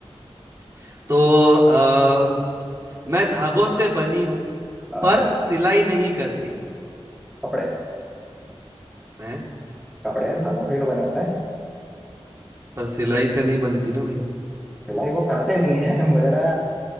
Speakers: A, on the right; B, in the centre.
A: <coughs> तो आ, मैं धागों से बनी हूं
B: आ,
A: पर सिलाई नहीं करती
B: कपड़े
A: मैं
B: कपड़े धागों से ही तो बने होते हैं
A: पर सिलाई से नहीं बनती ना भाई
B: सिलाई वो करते नहीं है <laughs> मुझे ना